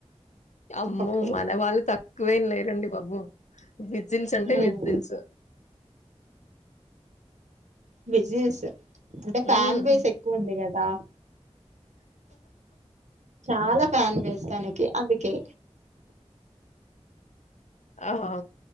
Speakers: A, on the left; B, on the right.
A: అమ్మో
B: ఓకే
A: మన వాళ్ళు తక్కువేం లేరండి బాబు విజిల్స్ అంటే
B: హ్మ్
A: విజిల్స్
B: బిజినెస్ అంటే
A: హ్మ్
B: ఫ్యాన్ బేస్ ఎక్కువ ఉంది కదా చాలా ఫ్యాన్ బేస్ దానకి అది ఒకే
A: ఆహ